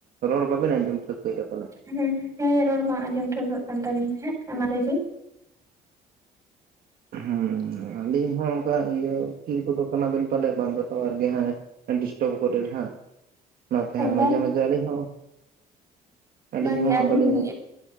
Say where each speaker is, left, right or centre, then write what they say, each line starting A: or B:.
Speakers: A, on the right; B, on the right.
A: ᱨᱚᱲ ᱵᱟᱵᱤᱱ ᱟᱡᱚᱢ ᱴᱷᱟᱹᱭᱠᱟᱹᱭᱮᱫ ᱯᱟᱞᱮ ᱾
B: ᱦᱮᱸ ᱦ ᱦᱮᱸ ᱨᱚᱲ ᱵᱟᱝ ᱟᱡᱚᱢ ᱴᱷᱟ. ᱣᱠᱟ. ᱠᱟᱱ ᱛᱟᱵᱤᱱ ᱛᱟᱦᱮᱫ ᱮ ᱢᱟ ᱞᱟᱹᱭ ᱵᱤᱱ
A: ᱦᱮᱸ ᱟᱹᱞᱤᱧ ᱦᱚᱸ ᱚᱱᱠᱟ ᱤᱭᱟᱹ ᱛᱤᱨ ᱠᱚᱫᱚ ᱠᱟᱱᱟᱵᱤᱱ ᱯᱟᱞᱮ ᱵᱟᱝ ᱫᱚ ᱴᱟᱣᱟᱨ ᱜᱮ ᱦᱮᱼᱼ ᱰᱤᱥᱴᱟᱵᱽ ᱠᱚᱨᱮ ᱦᱟᱸᱜ ᱚᱱᱟᱛᱮ ᱦᱟᱸᱜ
B: ᱵᱟᱝ
A: ᱢᱟᱡᱷᱮ ᱢᱟᱡᱷᱮ ᱟᱹᱞᱤᱧ ᱦᱚᱸ ᱟᱹᱞᱤᱧ
B: ᱵᱟᱝᱜᱮ
A: ᱦᱚᱸ ᱦᱟᱸᱜ
B: ᱟᱞᱤᱧ
A: ᱵᱟᱹᱞᱤᱧ ᱟᱸᱡᱚᱢ